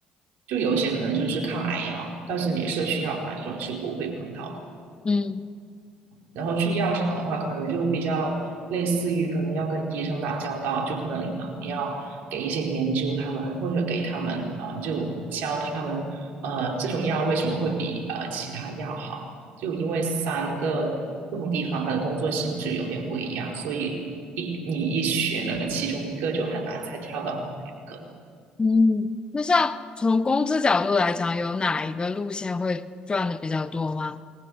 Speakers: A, on the right; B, on the left.
A: 就有一些可能就是抗癌药，但是你社区药房这种是不会碰到。的。
B: 嗯。
A: 然后去药厂的话，可能就比较类似于可能要跟医生打交道，就可能啊、嗯你要给一些研究他们，或者给他们啊、嗯就教他们呃这种药为什么会比呃其他药好，就因为三个不同地方它的工作性质有点不一样，所以一你一选了其中一个就很难再跳到另外两个。
B: 嗯，那像从工资角度来讲，有哪一个路线会赚的比较多吗？